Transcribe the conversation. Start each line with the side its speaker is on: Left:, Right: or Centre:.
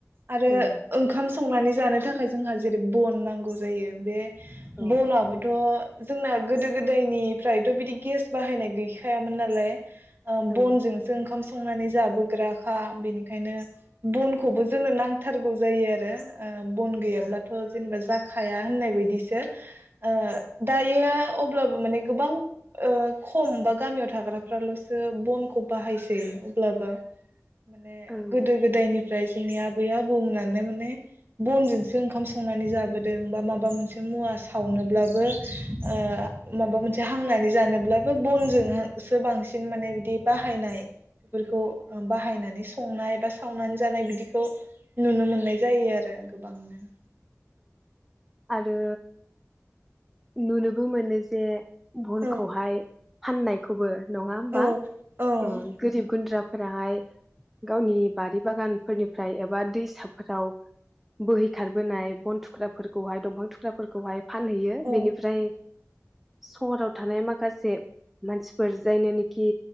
Centre: ओं
Right: आरो ओंखाम संनानैज जानो थाखाय जोंहा जेरै बन नांगौ जायो बे
Centre: औ
Right: बनाबोथ' जोंना गोदो गोदायनिफ्रायथ बिदि गेस बाहायनाय गैखायामोन नालाय।
Centre: ओं
Right: बनजोंसो ओंखाम सं संनानै जाबोग्राखा बिनिखायनो बनखौबो जोंनो नांथारगौ जायो आरो ओ बन गैयाब्लाथ'
Centre: दा
Right: जेनेबा जाखाया होननाय बादिसो ओ दायो अब्लाबो माने गोबां ओ खम बा गामियाव थाग्राफ्राल'सो बनखौ बाहायसै अब्लाबो माने
Centre: ओं
Right: गोदो गोदायनि ओमफ्राय जोंनि आबै आबौमोनानो माने बनजोंसो ओंखाम संनानै जाबोदों बा माबा मोनसे मुवा सावनोब्लाबो ओ माबा मोनसे हांनानै जानोब्लाबो बनजोंसो बांसिन माने बिदि बाहायनाय बेफोरखौ बाहायनानै संनाय बा सावनानै जानाय बिदिखौ नुनो मोननाय जायो आरो गोबांनो।
Centre: आरो नुनोबो मोनो जे बनखौहाय
Right: औ
Centre: फाननायखौबो नङा होमबा
Right: औ औ
Centre: ओ गोरिब गुन्द्रा फोराहाय गावनि बारि बागानफोरनिफ्राय एबा दैसाफोराव बोहैखारबोनाय बन थुख्राफोरखौहाय दंफां थुख्राफोरखौहाय फानहैयो
Right: औ
Centre: बेनिफ्राय सहराव थानाय माखासे मानसिफोर जायनोनेखि